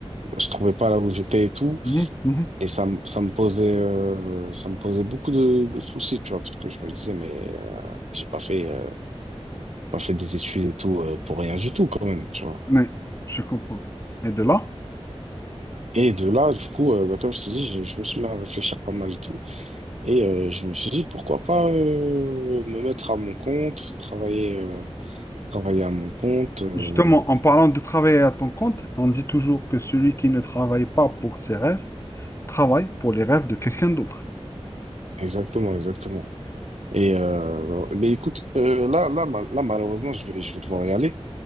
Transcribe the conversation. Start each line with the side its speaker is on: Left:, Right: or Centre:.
Right: je trouvais pas là où j'étais et tout
Left: Mhm, mhm.
Right: et ça me- ça me posait euh, ça me posait beaucoup de, de soucis tu vois parce que je me disais mais euh, j'ai pas fait euh, pas fait des études et tout euh, pour rien du tout quand même tu vois
Left: Ouais, je comprends. Et de là,
Right: et de là du coup euh, bah, comme je te dis je, je me suis mis à réfléchir pas mal et tout et euh, je me suis dit pourquoi pas euh, me mettre à mon compte travailler euh, travailler à mon compte euh,
Left: justement, en parlant de travailler à ton compte, on dit toujours que celui qui ne travaille pas pour ses rêves travaille pour les rêves de quelqu'un d'autre.
Right: exactement exactement et euh, mais écoute euh, là là ma- là malheureusement je vais je vais devoir y aller